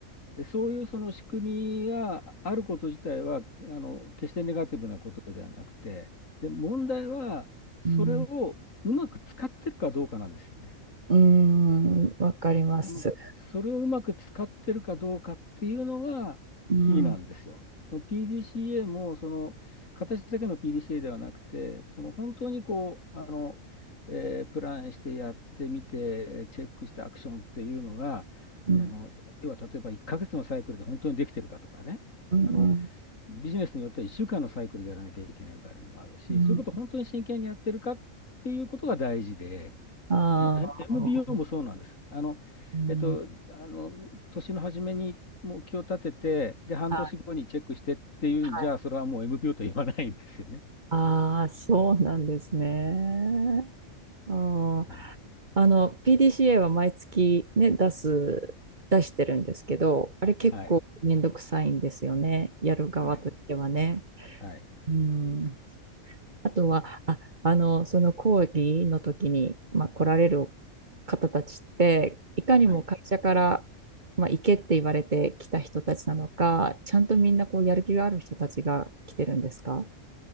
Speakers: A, on the left; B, on the right.
A: でそういうその仕組みがあること自体はあの決してネガティブなことではなくて、で問題はそれをうまく使ってるかどうかなんですよね。
B: うんうーん、わかります。
A: あの、それをうまく使ってるかどうかっていうのがキーなんですよ。
B: うん、うん、
A: その PDCA も、その、形だけの PDCA ではなくて、その本当にこう、あの、えープランしてやってみて、チェックしてアクションっていうのが、
B: うん、
A: あの、要は例えば1ヶ月のサイクルで本当にできてるかとかね。
B: うん、
A: あの、ビジネスによっては1週間のサイクルでやらなきゃいけない場合もあるし、
B: うん。
A: そういうことを本当に真剣にやってるかっていうことが大事で、
B: ああ、
A: え、MBO もそうなんです。あの、
B: うん、
A: えっと、あの、年の初めに目標を立てて、で、半年後にチェックしてっていうんじゃ、
B: はい、はい。
A: それはもう MBO と言わないんですよね。
B: ああ、そうなんですね。あ
A: はい。
B: ー、あの、PDCA は毎月ね、出す、出してるんですけど、あれ結構めんどくさいんですよね。
A: はい。
B: やる側としてはね。
A: はい。はい。
B: うん、あとは、あ、あの、その講義の時に、まあ、来られる方たちって、いかにも会社から、
A: はい。
B: まあ、行けって言われてきた人たちなのか、ちゃんとみんなこうやる気がある人たちが来てるんですか